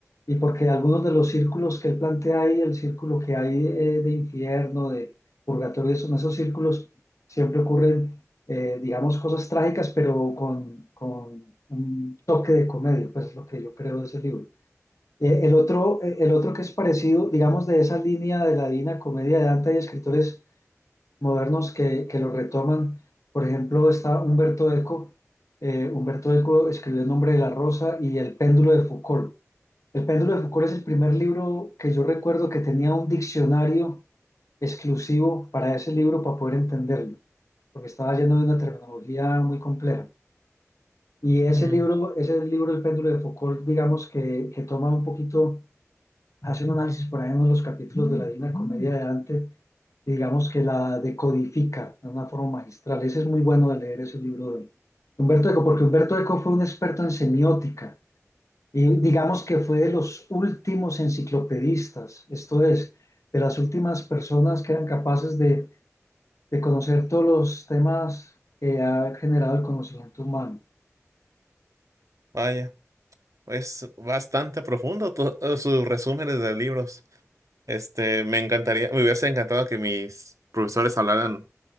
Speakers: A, on the left; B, on the right.
A: y porque algunos de los círculos que él plantea ahí, el círculo que hay eh, de infierno, de purgatorio, son esos círculos, siempre ocurren, eh, digamos, cosas trágicas, pero con, con un toque de comedia, pues es lo que yo creo de ese libro. Eh, el otro, eh, el otro que es parecido, digamos, de esa línea de la divina comedia de Dante y escritores modernos que, que lo retoman. Por ejemplo, está Humberto Eco. Eh, Humberto Eco escribió El nombre de la rosa y El péndulo de Foucault. El péndulo de Foucault es el primer libro que yo recuerdo que tenía un diccionario exclusivo para ese libro para poder entenderlo, porque estaba lleno de una terminología muy compleja. Y ese
B: Mm,
A: libro, ese libro, El péndulo de Foucault, digamos que, que toma un poquito hace un análisis por ahí en los capítulos de la Divina Comedia de Dante, digamos que la decodifica de una forma magistral. Ese es muy bueno de leer ese libro de Humberto Eco, porque Humberto Eco fue un experto en semiótica y digamos que fue de los últimos enciclopedistas, esto es, de las últimas personas que eran capaces de, de conocer todos los temas que ha generado el conocimiento humano.
B: vaya, es bastante profundo to- eh, sus resúmenes de libros. Este, me encantaría, me hubiese encantado que mis profesores hablaran